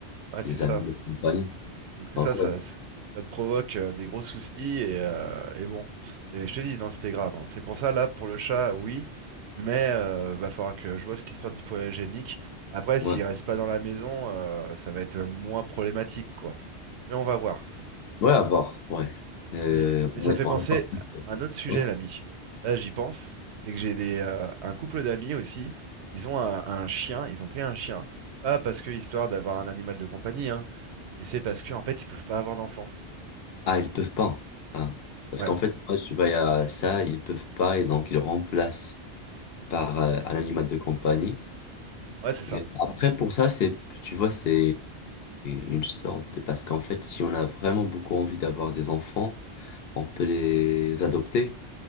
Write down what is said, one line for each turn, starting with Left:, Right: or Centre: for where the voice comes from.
Right: Ouais, c'est
Left: des
Right: ça.
Left: animaux de compagnie.
Right: Donc, c'est
Left: Donc,
Right: ça, ça,
Left: ouais,
Right: c- ça te provoque euh, des gros soucis. Et, euh, et bon. Et je te dis, non, c'était grave. hein. C'est pour ça, là, pour le chat, oui. Mais euh, va falloir que je vois cette histoire d'hypoallergénique. Après, s'il
Left: ouais.
Right: reste pas dans la maison, euh, ça va être euh, moins problématique, quoi. Mais on va voir.
Left: Ouais, à voir, ouais. Euh,
Right: Mais, mais
Left: on
Right: ça me
Left: est,
Right: fait
Left: on
Right: penser
Left: est pas... ouais.
Right: à un autre sujet,
Left: Ouais.
Right: l'ami. Là, j'y pense. C'est que j'ai des, euh, un couple d'amis aussi. Ils ont un, un chien. Ils ont pris un chien. Pas parce que histoire d'avoir un animal de compagnie, hein, mais c'est parce que en fait, ils peuvent pas avoir d'enfant.
Left: Ah, ils peuvent pas. hein. Parce
Right: Ouais,
Left: qu'en fait, moi, tu vas à ça, ils peuvent pas et donc ils remplacent par euh, un animal de compagnie.
Right: ouais, c'est ça.
Left: Et après, pour ça, c'est, tu vois, c'est une sorte de... Parce qu'en fait, si on a vraiment beaucoup envie d'avoir des enfants, on peut les adopter,